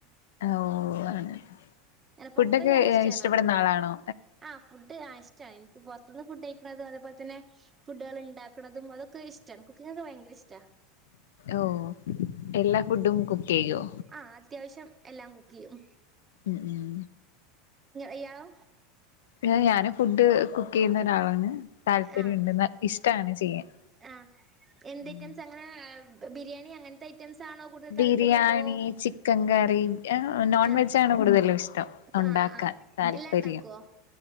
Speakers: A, on the left; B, on the right.
A: ഓ ആണ്
B: അങ്ങനെ
A: ഫുഡൊക്കെ
B: പുറത്തത്തെ ചായ ഇഷ്ടാണോ
A: ഇഷ്ടപ്പെടുന്ന ആളാണോ
B: ആഹ് ഫുഡ് ആ ഇഷ്ടാണ് എനിക്ക് പൊറത്ത്ന്ന് ഫുഡ് കഴിക്കണതും അതുപോലെ തന്നെ ഫുഡുകൾ ഇണ്ടാക്കുന്നതും അതൊക്കെ ഇഷ്ടാണ് കുക്കിങ്ങൊക്കെ ഭയങ്കര ഇഷ്ടാണ്
A: ഓ എല്ലാ ഫുഡും കുക്ക് ചെയ്യോ
B: ആഹ് അത്യാവശ്യം എല്ലാം കുക്ക് ചെയ്യും
A: ഉം ഉം
B: ഇയാളോ
A: പിന്നെ ഞാന് ഫുഡ് കുക്ക് ചെയ്യുന്ന ഒരാളാണ് താല്പര്യണ്ട്
B: ആഹ്
A: ഇഷ്ടാണ് ചെയ്യാൻ
B: ആഹ് എന്ത്
A: ഉം
B: ഐറ്റംസ് അങ്ങനെ ബിരിയാണി അങ്ങനെ ത്തെ ഐറ്റംസ് ആണോ
A: ബിരിയാണി
B: താല്പര്യം അതോ
A: ചിക്കൻ കറി നോൺ
B: ആഹ്
A: വെജാണ് കൂടുതലും ഇഷ്ടം ഉണ്ടാക്കാൻ
B: ആഹ് ആഹ്
A: താല്പര്യം
B: എല്ലാം ഉണ്ടാക്കുവോ